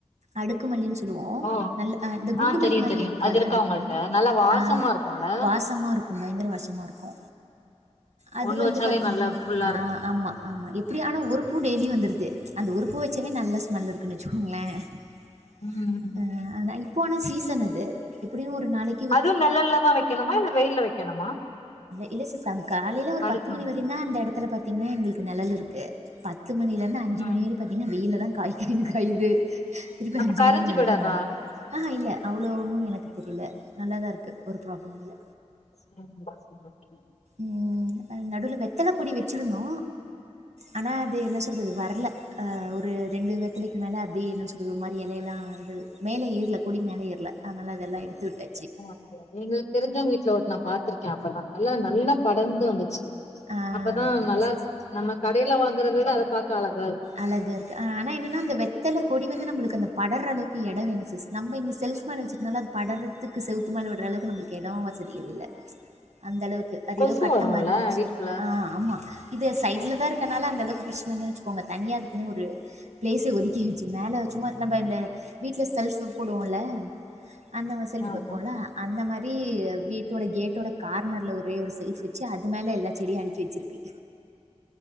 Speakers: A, on the right; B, on the left.
A: அடுக்குமல்லின் சொல்லுவோ
B: ஓ
A: நல்ல அ இந்த குண்டுமல்லி
B: ஆ தெரியு
A: மாரி
B: தெரியு
A: இருக்காது
B: அது இருக்கா
A: அடுக்குமல்லி
B: உங்கள்ட்ட நல்லா வாசமா
A: அ
B: இருக்குல்ல
A: வாசமா இருக்கு பயங்கர வாசமா இருக்கு அது
B: ஒண்ணு
A: வந்து
B: வச்சாலே
A: பாத்தீங்
B: நல்லா ஃபுல்லா
A: ஆ
B: இருக்கு
A: ஆ ஆமா ஆமா எப்பிடி ஆனா ஒரு பூ டெய்லியு வந்துருது அந்த ஒரு பூ வச்சாவே நல்ல ஸ்மெல் இருக்குன்னு வச்சுக்கோங்களே <inaudible>
B: ம்
A: அ ஆனா இப்போ ஆன சீசன் அது எப்பிடியு ஒரு நாளைக்
B: அதுவு நெலல்ல தா வைக்கணுமா இல்ல வெயில்ல வைக்கணுமா
A: இல்ல சிஸ் அங் காலையில ஒரு
B: அடுக்கு
A: பத்து மணி
B: மாடி
A: வரியு தா அந்த எடத்துல பாத்தீங்கன்னா எங்களுக்கு நிழல் இருக்கு பத்து மணியிலந்து அஞ்சி
B: ம்
A: மணி வரையு பாத்தீங்கன்னா வெயிலதா காயி காயின்னு காயுது திரும்பி
B: அப்ப
A: அஞ்சு
B: கரிஞ்சு
A: மணிக்கு மேலதா
B: போயிடாதா
A: நெ ஆஹா இல்ல அவ்ளோ ஒன்னு எனக்கு தெரியல நல்லாதா இருக்கு ஒரு ப்ராப்ளம் இல்ல
B: சேரிங் சேரி ஓகே
A: ம் நடுவில வெத்தல கொடி வச்சிருந்தோ ஆனா அது என்ன சொல்றது வரல ஆ ஒரு ரெண்டு வெத்தலைக்கு மேல அப்டி என்ன சொல்றது ஒரு மாரி எலையெல்லா அது மேலே ஏறல கொடி மேல ஏறல அனால அதெல்லா எடுத்துவிட்டே
B: ஓ அப்டியா எங்களுக்கு தெரிசவங்க வீட்ல ஒன் நா பாத்துருக்கே அப்பதா நல்லா நல்லா படர்ந்து வந்துச்சி
A: ஆ
B: அப்பதா
A: ஓகே ஓகே
B: நல்லா
A: சிஸ்
B: இருக்கு நம்ம கடையில வாங்கறத விட அத பாக்க அழகா இரு
A: அழகா இருக்கு அ ஆனா என்னென்னா அந்த வெத்தல கொடி வந்து நம்மளுக்கு அந்த படர்ர அளவுக்கு எடோ வேணு சிஸ் நம்ம இங்க செல்ப் மேல வச்சிருந்தால அத படறதுக்கு செவுத்து மேல விடற அளவு நம்ல் கெடோ வசதி இல்ல அந்த அளவுக்கு அது
B: கொசு
A: எதோ கட்ட
B: வருல்ல
A: மாரி இருந்ச்சி
B: வீட்டுக்குள்ள
A: ஆ ஆமா இது சைட்லதா இருக்கனால அந்த அளவுக்கு பிரச்சன்ன இல்லனு வச்சிக்கோ போங்க தனியா அதுக்குன்னே ஒரு பிளேசே ஒதுக்கி வச்சி மேல சும்மா நம்ம இந்த வீட்ல செல்ஃப் போடுவோல்ல அந்த மா செல்ஃப்
B: ஆமா
A: வைப்போல்ல
B: ஆமா
A: அந்த மாரி வீ வீட்டோட கேட்டோட கார்னர்ல ஒரே ஒரு செல்ஃப் வச்சி அது மேல எல்லா செடியு அடுக்கி வச்சிருக்கு